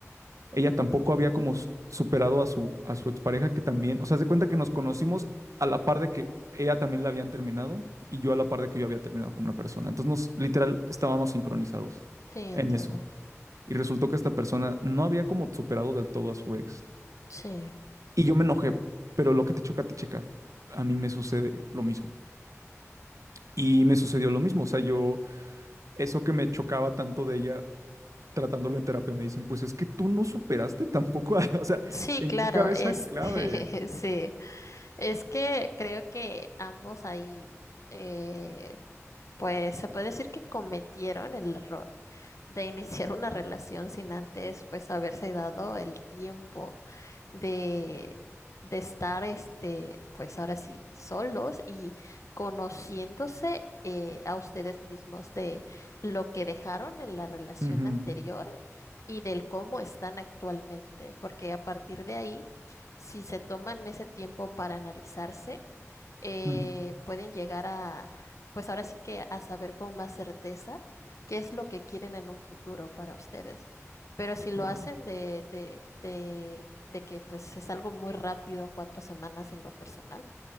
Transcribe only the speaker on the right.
ella tampoco había como s- superado a su, a su expareja que también, o sea, se cuenta que nos conocimos a la par de que ella también la habían terminado y yo a la par de que yo había terminado con una persona. Entonces nos literal estábamos sincronizados
en eso. Y resultó que esta persona no había como superado del todo a su ex.
Y yo me enojé, pero lo que te choca, te checa. A mí me sucede lo mismo. Y me sucedió lo mismo, o sea, yo, eso que me chocaba tanto de ella tratándolo en terapia, me dicen, pues es que tú no superaste tampoco, a- <laughs> o sea,
¿en
qué cabeza
clave?
Ujú,
ujú,
claro.